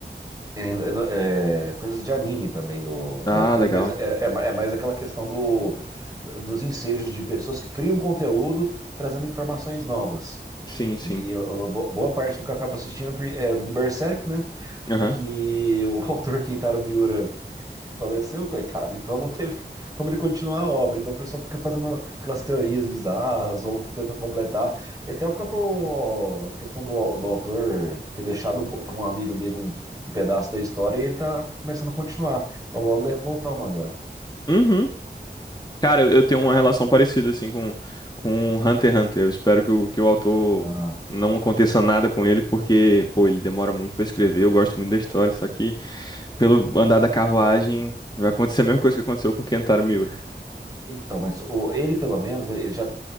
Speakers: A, on the right; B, on the left.
A: É, é, é, coisas de anime também no,
B: Ah,
A: no YouTube,
B: legal.
A: mas é, é ma- é mais aquela questão do, dos ensejos de pessoas que criam conteúdo trazendo informações novas.
B: Sim,
A: E
B: sim.
A: eu- eu- bo- boa parte do que eu acabo assistindo é por- é do Berserk, né?
B: Aham.
A: Porque o <laughs> autor Keitaro Miura Faleceu, coitado. Então não teve como ele continuar a obra. Então o pessoal fica fazendo aquelas teorias bizarras ou tentando completar. E até a própria questão do, do autor ter deixado para um amigo dele um, um pedaço da história e ele tá começando a continuar. Então logo deve voltar o mangá.
B: Uhum. Cara, eu eu tenho uma relação parecida, assim, com, com Hunter x Hunter. Eu espero que o, que o autor
A: Ah,
B: não aconteça nada com ele, porque, pô, ele demora muito pra escrever. Eu gosto muito da história, só que pelo andar da carruagem vai acontecer a mesma coisa que aconteceu com Kentaro Miura.
A: Então, mas o, ele, pelo menos, ele já,